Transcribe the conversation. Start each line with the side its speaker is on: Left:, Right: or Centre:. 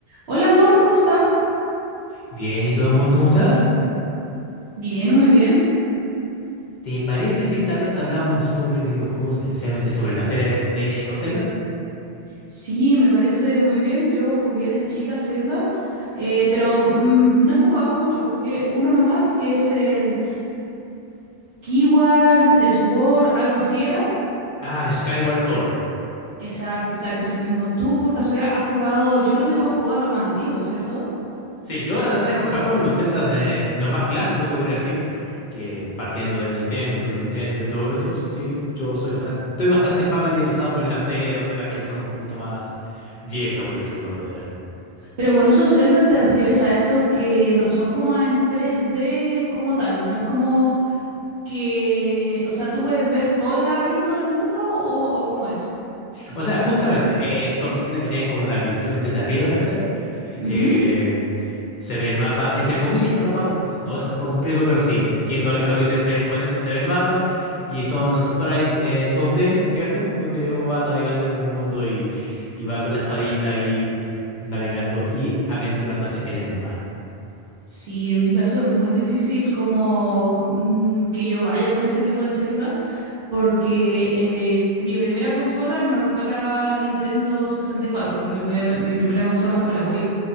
Right: Hola amor, ¿cómo estás?
Left: Bien, ¿y tu amor, cómo estás?
Right: Bien, muy bien.
Left: ¿Te parece si esta vez hablamos sobre videojuegos, especialmente sobre la serie de los Zelda?
Right: Sí, me parece muy bien. Yo jugué de chica Zelda, eh, pero mm, no he jugado mucho. Jugué uno nomás, que es el Skyward Sword, algo así era.
Left: Ah, Skyward Sword.
Right: Exacto, exacto, ese mismo. Tú por casualidad has jugado, yo creo que tú has jugado lo más antiguo, ¿cierto?
Left: Sí, yo la verdad he jugado los Zeldas de los más clásicos, se podría decir, que partiendo del Nintendo, sobre Nintendo y todo eso, sí, yo soy bastante, estoy bastante familiarizado con la serie de los Zeldas que son un poquito más viejas, por decirlo de alguna manera.
Right: Pero con esos Zelda te refieres a estos que no son como en tres d como tal, no es como que, o sea, tú puedes ver todo el laberinto del mundo o, o cómo es.
Left: O sea, justamente, eh, son los Zelda que tienen como la visión desde arriba, ¿cachai?
Right: Ujú.
Left: Eh, Se ve el mapa, entre comillas, el mapa completo. No es el mapa completo, pero sí, entiendo a lo que te refieres con eso. Se ve el mapa y son sprites en 2D, ¿cierto? Donde uno va navegando del mundo y, y va con la espadita y navegando y aventurándose en el mapa.
Right: Sí, en mi caso es muy difícil como mm, que yo vaya con ese tipo de Zelda, porque eh, mi primera consola no fue la Nintendo 64, porque mi, primer- mi primera consola fue la Wii.